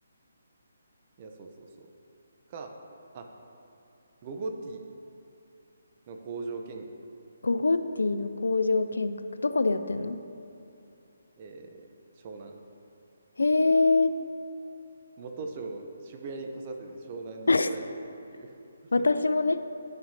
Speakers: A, on the right (about 35°); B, on the left (about 75°).
A: いや、そうそうそう。か、あ、ゴゴティーの工場見学、
B: ゴゴティの工場見学。どこでやってんの
A: えー、湘南。
B: へえ。
A: 元章、渋谷に来させて湘南にドライブっていう。
B: <laughs>
A: <laughs>
B: 私もね。
A: この